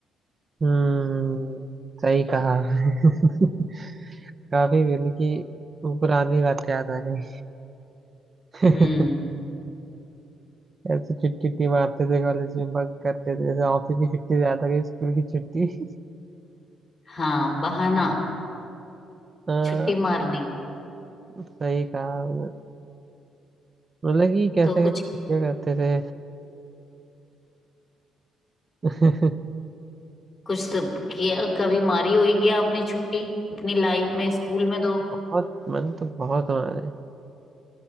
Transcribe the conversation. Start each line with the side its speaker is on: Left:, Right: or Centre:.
Right: हम्म सही कहा आपने। <laughs> काफी मतलब कि पुरानी बात याद आ गई <laughs>
Left: हम्म
Right: ऐसे छुट्टी उट्टी मारते थे कॉलेज में बंक करते थे जैसे ऑफिस की छुट्टी ज्यादा गई स्कूल की छुट्टी <laughs>
Left: हाँ बहाना
Right: हाँ
Left: छुट्टी मारने का
Right: सही कहा आपने। मतलब कि कैसे
Left: तो
Right: कैसे
Left: कुछ
Right: छुट्टियां करते थे <laughs>
Left: कुछ सब किया कभी मारी होगी आपने छुट्टी अपनी लाइफ में स्कूल में तो
Right: बहुत मन तो बहुत हमारे